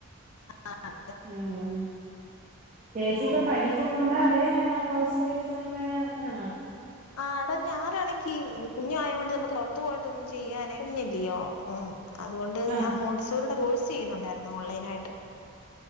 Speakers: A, on the left (about 80°); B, on the right (about 30°).
A: ആഹ്
B: ഉം ചേച്ചി ഇപ്പം
A: ഉം
B: പഠിക്കുന്നുണ്ടൊ. അതെ ഹൗസ് വൈഫ് അങ്ങനെ ആണോ.
A: ആഹ് അട ഞാനാണെങ്കി കുഞ്ഞായോണ്ട് നമുക്ക് പൊറത്തു പോയിട്ടൊന്നും ചെയ്യാനേ കുഞ്ഞെല്യാെ. ഉം അതുകൊണ്ട്
B: ആഹ്
A: ഞാൻ മോണ്ടിസോറിയുടെ കോഴ്സ് ചെയ്യുന്നുണ്ടായിരുന്നു. ഓൺലൈനായിട്ട്.